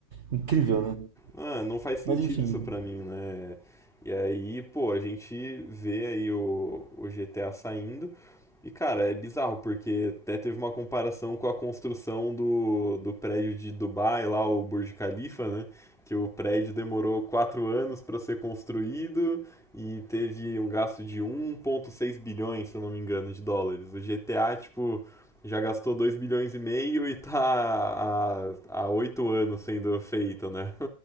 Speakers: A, on the right; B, in the centre.
A: Incrível, né?
B: Ah, não faz sentido
A: Mas enfim,
B: isso pra mim, né? E aí, pô, a gente vê aí o, o GTA saindo. E, cara, é bizarro, porque até teve uma comparação com a construção do, do prédio de Dubai, lá, o Burj Khalifa, né? Que o prédio demorou quatro anos para ser construído e teve um gasto de um ponto seis bilhões, se eu não me engano, de dólares. O GTA, tipo, já gastou 2 bilhões e meio e tá há há oito anos sendo feito, né? <laughs>